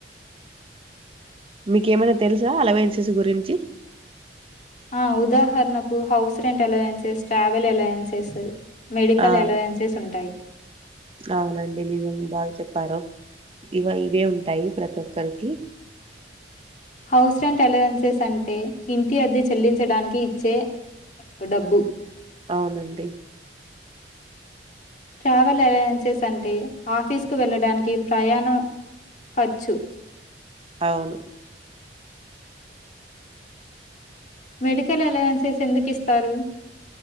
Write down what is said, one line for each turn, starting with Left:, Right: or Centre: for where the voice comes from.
Right: మీకేమైనా తెలుసా అలవన్సెస్ గురించి
Left: ఆ! ఉదాహరణకు house rent allowances travel allowances మెడికల్
Right: ఆ
Left: అలవెన్సెస్ ఉంటాయి.
Right: అవునండి నిజంగా బాగా చెప్పారు ఇవ ఇవే ఉంటాయి ప్రతి ఒక్కరికి
Left: హౌస్ రెంట్ అలవెన్సెస్ అంటే ఇంటి అద్దె చెల్లించడానికి ఇచ్చే డబ్బు
Right: అవునండి
Left: ట్రావెల్ ఏజెన్సీస్ అంటే ఆఫీస్ కు వెళ్ళ దానికి ప్రయాణం ఖర్చు
Right: అవును
Left: మెడికల్ అలౌవన్సెస్ ఎందుకు ఇస్ తరు